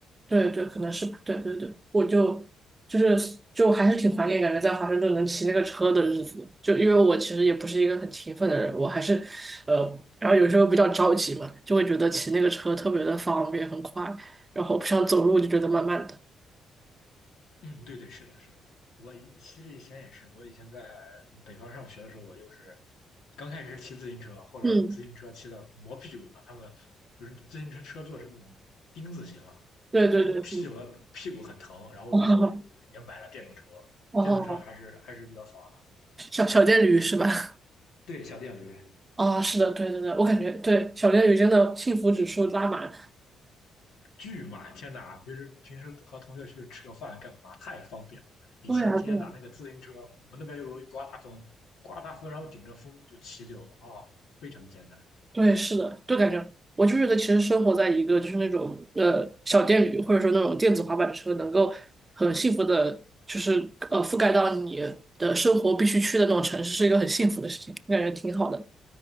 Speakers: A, on the right (about 25°); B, on the left (about 85°).
A: 对对，可能是吧。对对对，我就就是就还是挺怀念感觉在华盛顿能骑那个车的日子的就因为我其实也不是一个很勤奋的人，我还是呃，然后有时候比较着急嘛，就会觉得骑那个车特别的方便很快，然后不想走路就觉得慢慢的。
B: 嗯，对对，是的，是的。我以其实以前也是，我以前在北方上学的时候，我就是刚开始骑自行车，后来自行车骑的磨屁股嘛。
A: 嗯，
B: 他们就是自行车车座是那种钉子型嘛，
A: 对对对，
B: 他他骑久了屁股很疼。
A: 嗯，
B: 然后我就后来就也买了电动车，
A: <laughs> 哦哦，
B: 电动车还是还是比较爽。
A: 小小电驴是吧？
B: 对，小电驴。
A: 啊、是的，对对对，我感觉对小电驴真的幸福指数拉满。
B: 巨满，天哪！平时平时和同学去吃个饭干嘛？太方便了。以前天哪，
A: 对啊，对啊
B: 那个自行车，我们那边又容易刮大风，刮大风然后顶着风就骑就啊、非常艰难。
A: 对，是的，就感觉我就觉得，其实生活在一个就是那种呃小电驴，或者说那种电子滑板车，能够很幸福的，就是呃覆盖到你的生活必须去的那种城市，是一个很幸福的事情，感觉挺好的。